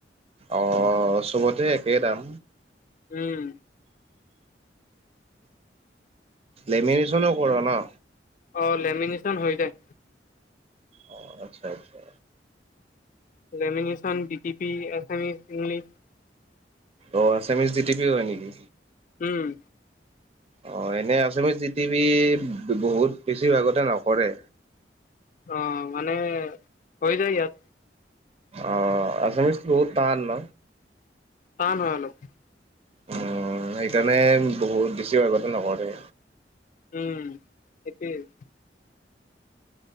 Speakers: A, on the right; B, on the left.
A: অ চবতে একেই দাম।
B: উম।
A: লেমিনেচনো কৰ ন?
B: অ লেমিনেচন হৈ যায়।
A: অ আচ্ছা আচ্ছা।
B: Lamination D T P Assamese English.
A: অ আছামিজ ডিটি পি হয় নেকি?
B: উম।
A: অ এনে আছামিছ দি টি পি বহুত বেছিভাগতে নকৰে।
B: অ মানে হৈ যায় ইয়াত।
A: অ আছামিজ বহুত তান ন?
B: তান হয় অলপ।
A: উম সেইকাৰণে বহুত বেছি ভাগতে নকৰে।
B: উম সেইটোৱেই।